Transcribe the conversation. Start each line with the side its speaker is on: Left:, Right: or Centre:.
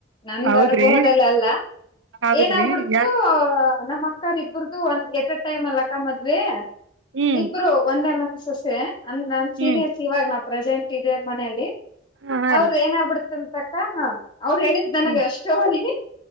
Left: ನಂದ್
Right: ಹೌದ್ರಿ
Left: ಅನುಭವದಲ್ಲಿ ಅಲ್ಲ
Right: ಹೌದ್ರಿ
Left: ಏನಾಗಬಿಡ್ತು
Right: ಯಾ
Left: ನಮ್ಮ್ ಅಕ್ಕನ್ ಇಬರದುು ಒಂದ್ ಎಟ ಟೈಮ್ ಅಲ್ಲ ಅಕ್ಕ ಮದುವೆ
Right: ಹ್ಮ್
Left: ಇಬ್ಬರು ಒಂದೆ ಮನೆ ಸೊಸೆ ಅಂದ್ರ ನಾನ್ ಸೀನಿಯರ್ಸ್
Right: ಹ್ಮ್
Left: ಇವಾಗ ನಾವು ಪ್ರಜೆನೆಟ್ ಇದೆ ಮನೆಯಲ್ಲಿ
Right: ಹಾ ಹಾ
Left: ಅವರು
Right: ರೀ
Left: ಏನಾಗ್ಬಿಡತ ಅಂತ ಅಕ್ಕ ಹ ಹ ಅವ್ರು ಹೇಳಿದ್ದ ನನಗ್
Right: ಹ್ಮ್
Left: ಅಷ್ಟೇ ರಿ